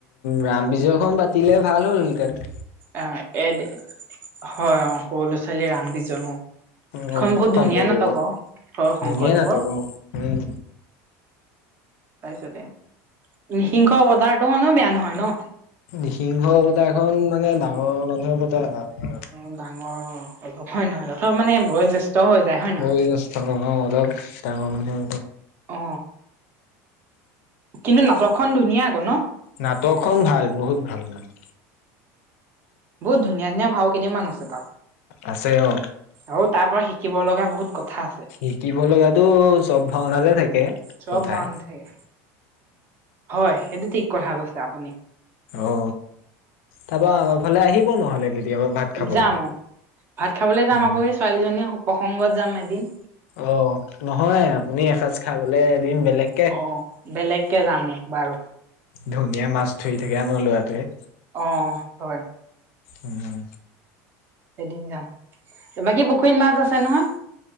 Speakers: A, on the left; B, on the right.
A: ৰাম বিজয়খন পাতিলে ভাল হ'ল হেতেন
B: আহ এদ হয় সৰু ল'ৰা ছোৱালী ৰাম বিজন
A: অ',
B: খন বহুত
A: শংকৰদেৱৰ
B: ধুনীয়া নাটক বাৰু হয় শংকৰদেৱৰ
A: ধুনীয়া নাটক অ', উম।
B: তাৰপিছতে নিসিংহ বজাৰতো মানে বেয়া নহয় ন
A: নিসিংহ পতা এখন মানে ডাঙৰ মানুহৰ বতাৰ আৰু
B: অ ডাঙৰ অ অলপ হয় নহয় অলপ মানে বয়ো জ্্যেষ্ঠ হৈ যায় হয় নহয়
A: ব দ ঙৰ কও অলপ ডাঙৰ মানে
B: অ কিন্তু নাটকখন ধুনীয়া আকৌ ন
A: নাটকখন ভাল বহুত ভাল নাটক
B: বহুত ধুনীয়া ধুনীয়া ভাও কেইদামান আছে তাত।
A: আছে অ।
B: আৰু তাৰ পৰা শিকিব লগা বহুত কথা আছে।
A: শিকিব লগাতো চব ভাওনাতে থাকে।
B: চব
A: কথা
B: ভাল
A: অ
B: থাকে হয় সেইটো ঠিক কথা কৈছে আপুনি।
A: অ তাৰপা ফালে আহিব নহ'লে কেতিয়াবা ভাত। খাবলৈকে।
B: যাম অ ভাত খাবলৈ যাম
A: উম।
B: আকৌ স ছোৱালীজনী প্ৰসংগত যাম এদিন।
A: অ নহয় আপুনি এসাঁজ খাবলে এদিন বেলেগ।
B: অ বেলেগকে যামোক বাৰু।
A: ধুনীয়া মাছ ধৰি থাকে আমাৰ লৰাটোৱে।
B: অ হয়।
A: উম।
B: এদিন যাম বাকী পুখুৰীত মাছ আছে নহয়?